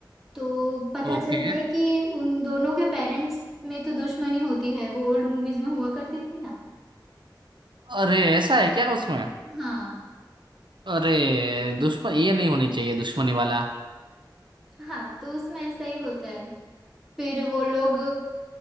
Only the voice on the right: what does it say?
ओके
अरे ऐसा है क्या उसमें
अरे दुश्मन ये नहीं होनी चाहिए दुश्मनी वाला